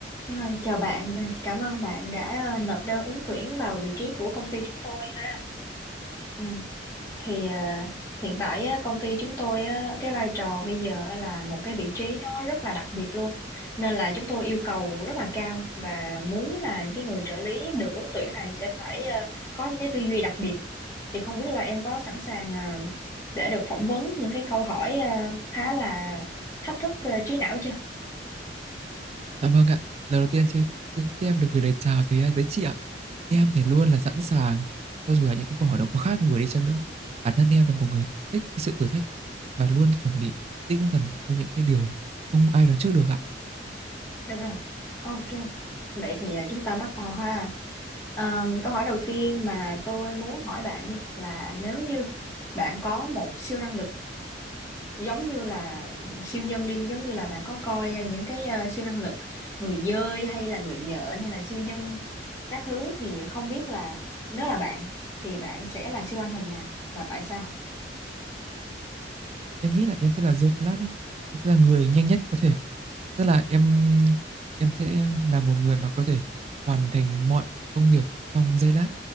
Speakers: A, on the left (about 15°); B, on the right (about 35°).
A: Rồi, chào bạn, Ờ, cảm ơn bạn đã ờ, nộp đơn ứng tuyển vào vị trí của công ty chúng tôi ha. Ừ, thì ờ, hiện tại á, công ty chúng tôi á, cái vai trò bây giờ á là một cái vị trí nó rất là đặc biệt luôn nên là chúng tôi yêu cầu rất là cao và muốn là những cái người trợ lý được ứng tuyển này sẽ phải ờ, có những cái tư duy đặc biệt thì không biết là em có sẵn sàng ờ, để được phỏng vấn những cái câu hỏi ờ, khá là thách thức ờ, trí não chưa?
B: Dạ vâng ạ. Lần đầu tiên chứ xin phép được gửi lời chào tới à, tới chị ạ. Em thì luôn là sẵn sàng cho dù là những cái câu hỏi nó có khác người đi chăng nữa. Bản thân em là một người thích cái sự thử thách và luôn chuẩn bị tinh thần cho những cái điều không ai đoán trước được ạ.
A: Được rồi, ok. Vậy thì à, chúng ta bắt đầu ha. Ờm, câu hỏi đầu tiên mà tôi muốn hỏi bạn đi là nếu như bạn có một siêu năng lực giống như là siêu nhân đi, giống như là bạn có coi à, những cái à, siêu năng lực người dơi hay là người nhện hay là siêu nhân các thứ thì không biết là nếu là bạn thì bạn sẽ là siêu anh hùng nào và tại sao?
B: Em nghĩ là em sẽ là The Flash á. Em sẽ là người nhanh nhất có thể. Tức là em em sẽ là một người mà có thể hoàn thành mọi công việc trong giây lát